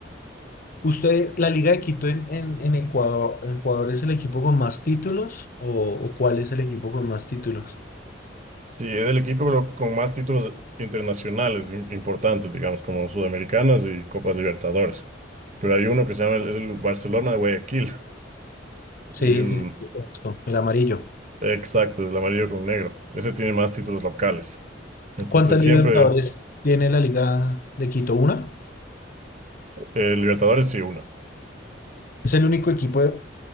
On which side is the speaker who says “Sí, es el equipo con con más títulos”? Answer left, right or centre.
Right